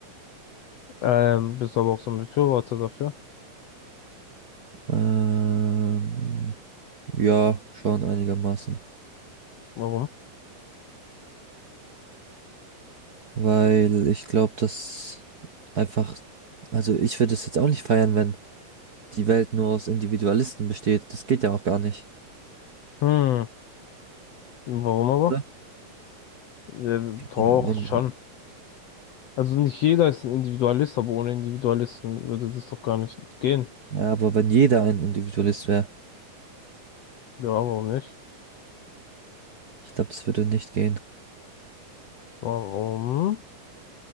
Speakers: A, on the left; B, on the right.
A: Ähm, bist aber auch so ein Befürworter dafür.
B: Ähm, ja, schon einigermaßen.
A: Warum?
B: Weil ich glaube, dass einfach, also ich würde es jetzt auch nicht feiern, wenn die Welt nur aus Individualisten besteht. Das geht ja auch gar nicht.
A: Hm, warum aber?
B: Oder?
A: Ja, doch,
B: Wenn, wenn,
A: schon. Also nicht jeder ist ein Individualist, aber ohne Individualisten würde das doch gar nicht gehen.
B: ja, aber wenn jeder ein Individualist wäre,
A: Ja, warum nicht?
B: ich glaube, das würde nicht gehen.
A: Warum?